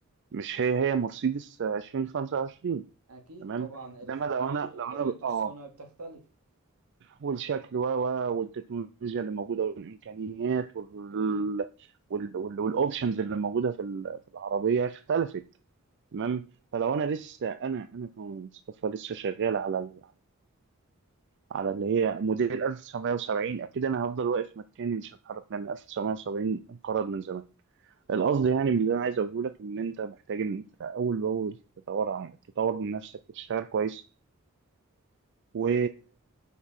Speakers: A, on the right (about 55°); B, on the right (about 80°).
A: مش هي هي مرسيدس 2025
B: أكيد
A: تمام
B: طبعا الخامات
A: انما لو انا
B: وطريقة
A: لو انا اه
B: الصنع بتختلف
A: والشكل و و والتكنولوجيا اللي موجوده والامكانيات وال
B: أكيد
A: وال وال- والاوبشنز اللي موجوده في ال- في العربيه اختلفت تمام فلو انا لسه انا انا كمصطفى لسه شغال على ال- على اللي هي موديل 1970 اكيد انا هفضل واقف مكاني مش هتحرك لان 1970 انقرض من زمان القصد يعني من اللي انا عايز اقوله لك ان انت محتاج ان انت اول باول تطور عن تطور من نفسك وتشتغل كويس و